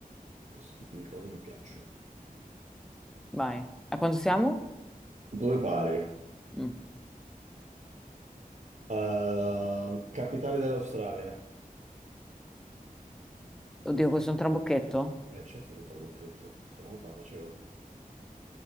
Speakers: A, on the right (about 50°); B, in the centre.
A: Questo tipo di cose mi piacciono.
B: Vai. A quanto siamo?
A: Due pari.
B: Mm.
A: Eh, capitale dell'Australia.
B: Oddio, questo è un trabocchetto?
A: Eh certo contro la Bocchetto, se no non te la facevo.